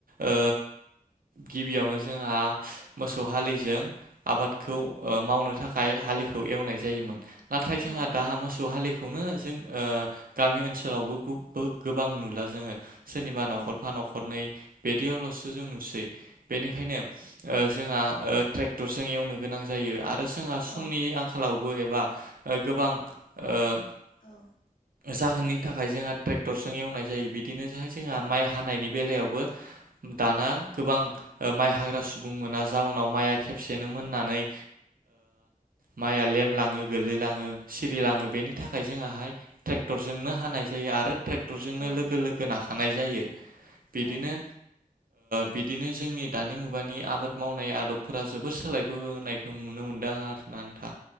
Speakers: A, on the right; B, on the left.
A: ओ गिबियावनो जोंहा मोसौ हालिजों आबादखौ मावनो थाखाय हालिखौ एवनाय जायोमोन नाथाय जोंहा
B: औ
A: दा मोसौ हालि खौनो जों गामि ओनसोलावबो गोबां नुला जोङो सोरनिबा नखरफा
B: औ
A: नखरनै बिदियावलसो जों नुसै बेनिखायनो जोंहा ट्रेक्टरजों एवनो गोनां जायो आरो जोंहा समनि
B: औ
A: आंखालाव एबा गोबां ओ
B: औ
A: जाहोन नि थाखाय जोंहा ट्रेक्टरजों एवनाय जायो बि बिदिनो जाय जोंहा
B: औ
A: माइ हानायनि बेलायावबो दाना गोबां माइ हाग्रा सुबुं मोना जाउनाव माइआ खेबसेनो मोननानै माया लेम लाङो गोलैलाङो सिरिलाङो बेनि थाखाय थाखाय जोङा ट्रेक्टरजोंनो हानाय जायो आरो ट्रेक्टरजोंनो
B: औ
A: लोगो लोगो नाखानाय जायो बिदिनो
B: औ
A: बिदिनो जोंनि दानि मुगानि आबाद मावनाय आदबफोरा जोबोर सोलायबोनायखौ नुनो मोनदों आरोना नोंथां।